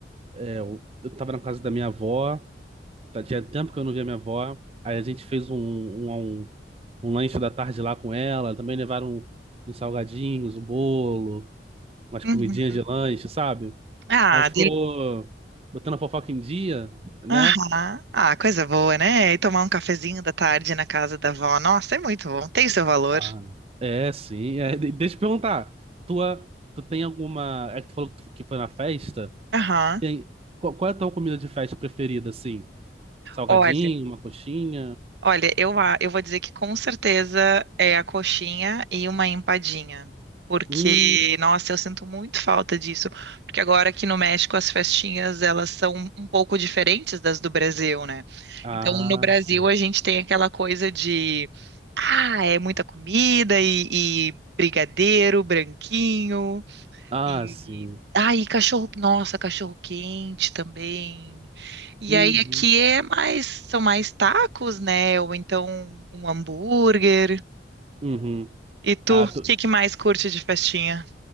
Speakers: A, on the right (about 35°); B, on the right (about 70°).
A: É, eu, eu tava na casa da minha avó, tá- tinha tempo que eu não via minha avó. Aí a gente fez um, um, um, um lanche da tarde lá com ela, também levaram uns salgadinhos, um bolo, umas
B: Uhum.
A: comidinhas de lanche, sabe?
B: Ah,
A: Mas ficou botando a fofoca em dia, né?
B: Aham. Ah, coisa boa, né? E tomar um cafezinho da tarde na casa da avó. Nossa, é muito bom. Tem o seu valor.
A: Ah, é, sim. É, de- deixa eu te perguntar. Tua, tu tem alguma. É que tu falou que tu- que foi na festa?
B: Aham.
A: Tem, qual, qual é a tua comida de festa preferida, assim? Salgadinho,
B: Olha,
A: uma coxinha?
B: olha, eu, a- eu vou dizer que com certeza é a coxinha e uma empadinha. Porque,
A: Hum.
B: nossa, eu sinto muito falta disso. Porque agora aqui no México as festinhas elas são um pouco diferentes das do Brasil, né?
A: Ah,
B: Então no Brasil
A: sim.
B: a gente tem aquela coisa de ah, é muita comida e, e brigadeiro, branquinho.
A: Ah,
B: E
A: sim.
B: aí, cachorro, nossa, cachorro quente também. E
A: Uhum.
B: aí aqui é mais, são mais tacos, né? Ou então um hambúrguer.
A: Uhum.
B: E tu,
A: Ah,
B: o
A: tu,
B: que que mais curte de festinha?